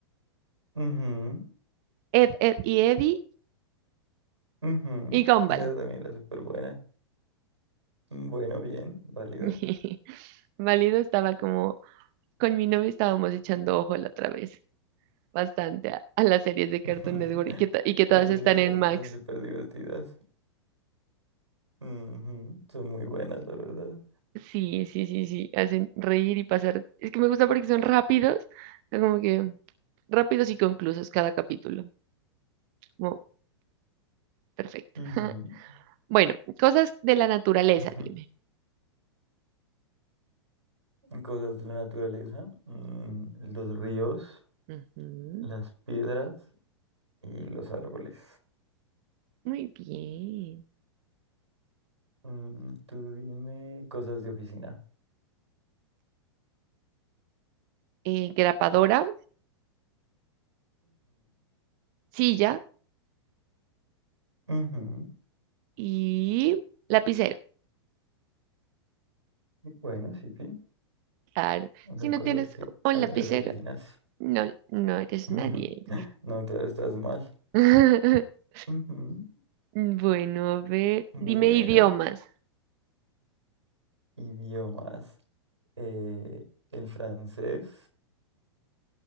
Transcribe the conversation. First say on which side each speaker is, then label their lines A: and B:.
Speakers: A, on the right; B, on the right.
A: Ujú,
B: Ed, Ed y Eddie
A: ujú,
B: y Gumball.
A: Esa también era súper buena. Bueno, bien, válido.
B: <laughs> Válido estaba como, con mi novio estábamos echando ojo la otra vez, bastante a, a las series de Cartoon
A: <laughs>
B: Network y que, to- y que
A: Esas
B: todas están
A: series son,
B: en Max.
A: son súper divertidas. Ujú, Son muy buenas, la verdad.
B: Sí, sí, sí, sí, hacen reír y pasar. Es que me gusta porque son rápidos, son como que rápidos y conclusos cada capítulo. Como, perfecto.
A: Ujú,
B: <laughs> Bueno, cosas de la naturaleza,
A: <laughs>
B: dime.
A: Cosas de la naturaleza. mm, los ríos,
B: Ujú,
A: las piedras y los árboles.
B: Muy bien.
A: Mm, tú dime cosas de oficina.
B: eh, grapadora, silla
A: Ujú, ujú.
B: y lapicero.
A: Bueno, sí, pi,
B: Claro, si
A: Son
B: no
A: cosas
B: tienes
A: que
B: un
A: hay
B: lapicero,
A: en las oficinas.
B: no, no eres
A: <laughs>
B: nadie.
A: No, claro, estás mal.
B: <laughs>
A: Ujú.
B: Bueno, a ver,
A: Bueno,
B: dime idiomas. <laughs>
A: idiomas. eh, el francés,